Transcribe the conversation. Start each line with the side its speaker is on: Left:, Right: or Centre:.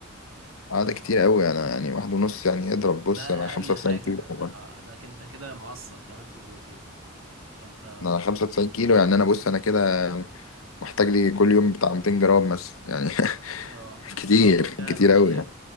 Left: اه ده كتير قوي انا يعني واحد ونص يعني اضرب
Right: وده
Left: بص
Right: أقل
Left: انا 95
Right: حاجة
Left: كيلو
Right: ده ده
Left: والله.
Right: ح- ده انت كده مقصر كمان في البروتين فانت
Left: انا 95 كيلو يعني انا بص انا كده محتاج لي كل يوم بتاع 200 جرام مثلا يعني
Right: اه
Left: <laughs> كتير
Right: فعلا
Left: كتير
Right: حقيقة
Left: قوي يعني